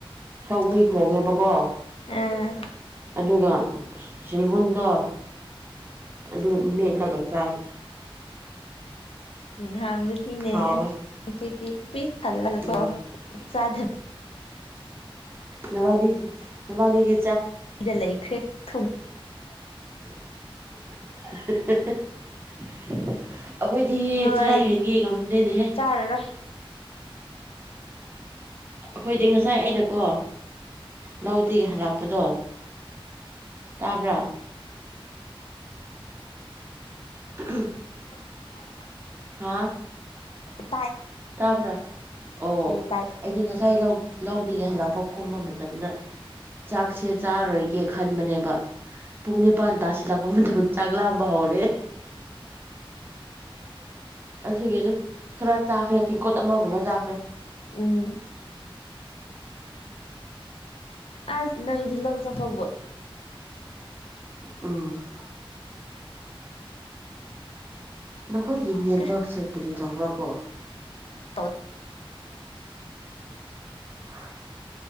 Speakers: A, on the right; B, on the left.
A: ꯁꯧꯒ꯭ꯔꯤ ꯊꯣꯡꯉꯦꯕꯀꯣ
B: ꯑꯥ
A: ꯑꯗꯨꯒ ꯁꯤꯜꯕꯨꯟꯗꯣ ꯑꯗꯨ ꯃꯦꯠꯂꯒ ꯆꯥꯏ
B: ꯍ ꯅꯦ
A: ꯍꯥꯎꯋꯦ
B: ꯀꯦꯖꯤ ꯄꯤ ꯍꯜ ꯂꯒꯀꯣ
A: ꯎꯝ
B: ꯆꯥꯗꯦ
A: ꯅꯕꯥꯅꯤ ꯅꯕꯥꯅꯤꯗꯤ
B: ꯑꯩꯗ ꯂꯩꯈ꯭ꯔꯦ ꯊꯨꯝ
A: ꯍꯟ ꯍꯟ ꯍꯤ ꯑꯥ ꯑꯩꯈꯣꯏꯗꯤ ꯆꯥꯔꯥ
B: ꯍꯣꯏ
A: ꯍꯦꯟꯒꯦ ꯉꯝꯗꯦꯅꯦꯍꯦ
B: ꯆꯥꯔꯔꯣꯏ
A: ꯑꯩꯈꯣꯏꯗꯤ ꯉꯁꯥꯏ ꯑꯩꯅꯀꯣ ꯂꯧꯗꯒꯤ ꯍꯜꯂꯛꯄꯗꯣ ꯇꯥꯕ꯭ꯔꯥ ꯎ
B: ꯎ
A: ꯍꯥꯥ
B: ꯇꯥꯏ
A: ꯇꯥꯕ꯭ꯔꯥ ꯑꯣ
B: ꯇꯥꯏꯌꯦ
A: ꯑꯩꯗꯤ ꯉꯁꯥꯏ ꯂꯧꯗꯒꯦ ꯍꯜꯂꯛꯄ ꯀꯨꯝꯕ ꯃꯇꯝꯗ ꯆꯥꯛꯁꯦ ꯆꯥꯔꯔꯣꯏꯒꯦ ꯈꯟꯕꯅꯦꯕ ꯄꯨꯡ ꯅꯤꯄꯥꯟ ꯇꯥꯁꯤꯜꯂꯛꯄ ꯃꯇꯝꯗ ꯆꯥꯛ ꯂꯥꯝꯕ ꯍꯧꯔꯦ ꯑꯁꯤꯒꯤ ꯑꯗꯨꯝ ꯈꯔꯥ ꯆꯥ ꯇꯦꯡꯀꯣꯠ ꯑꯃꯒꯨꯝꯕ ꯆꯥꯈ꯭ꯔꯦ꯫
B: ꯎꯝ ꯑꯁ ꯅꯗꯤꯖꯤꯂꯜ ꯁꯐ
A: ꯎꯝ ꯅꯈꯣꯏꯒꯤ ꯅꯦꯠꯋꯛꯁꯦ
B: ꯀꯩꯁꯨ
A: ꯀꯔꯤ ꯇꯧꯕ꯭ꯔꯥ ꯀꯣ
B: ꯇꯧ
A: ꯍꯝ